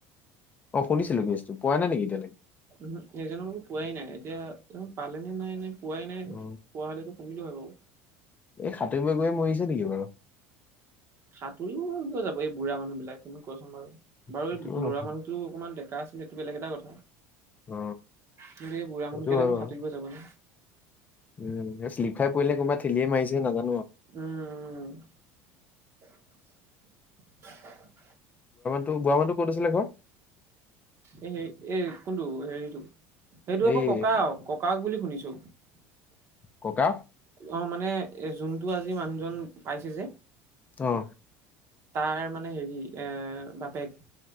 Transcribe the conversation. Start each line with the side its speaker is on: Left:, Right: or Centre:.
Left: অ শুনিছিলো কেচটো, পোৱা নাই নেকি এতিয়ালৈকে?
Right: উহু, সেইজনৰো পোৱাই নাই। এতিয়া পালে নে নাই নে পোৱাই নাই,
Left: অ
Right: পোৱা হলেতো ধনিটো হয় বাৰু।
Left: এই সাঁতুৰিব গৈয়ে মৰিছে নেকি বাৰু।
Right: সাঁতুৰিব বাৰু কিয় যাব এই বুঢ়া মানুহবিলাক তুমি কোৱাচোন বাৰু, বাৰু
Left: সেইটোও
Right: এই
Left: হয়
Right: ল'ৰামানুহটো অকমান দে- ডেকা আছিলে সেইটো বেলেগ এটা কথা,
Left: অ
Right: কিন্তু এই বুঢ়া
Left: সেইটো
Right: মানুহকেইটানো
Left: হয় বাৰু
Right: সাঁতুৰিব যাব নে।
Left: উম, এই শ্লিপ খাই পৰিলে নে কোনোবাই ঠেলিয়ে মাৰিছে নাজা
Right: উম, উম, উম।
Left: তোৰ বুঢ়া মানুহটোৰ ক'ত আছিলে ঘৰ <inaudible>
Right: এ হেৰি এই কোনটো হেৰিটো সেইটো
Left: এই
Right: আকৌ ককা ককাক বুলি শুনিছোঁ <unintelligible>
Left: ককা?
Right: অ মানে, এ যোনটো আজি মানুহজন পাইছে যে
Left: আহ।
Right: তাৰ মানে হেৰি, এ বাপেক।